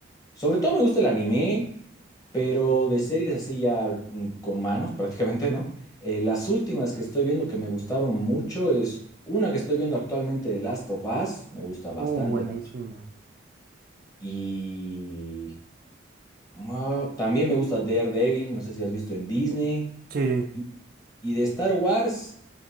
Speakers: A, on the left; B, on the right.
A: Sobre todo me gusta el anime, pero
B: Ok.
A: de series así ya mm, con manos <laughs> prácticamente, ¿no? Eh, las últimas que estoy viendo que me gustaron mucho es una que estoy viendo actualmente de Last of Us, me gusta bastante.
B: Uh, buenísima.
A: de hecho. Y ah, también me gusta Daredevil, no sé si has visto en Disney.
B: Sí.
A: Y, y de Star Wars.